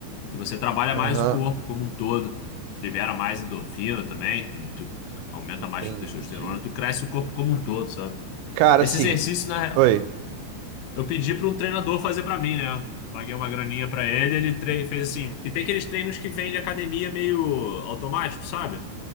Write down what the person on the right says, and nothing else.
Aham,
entendi.
Cara,
assim,
oi.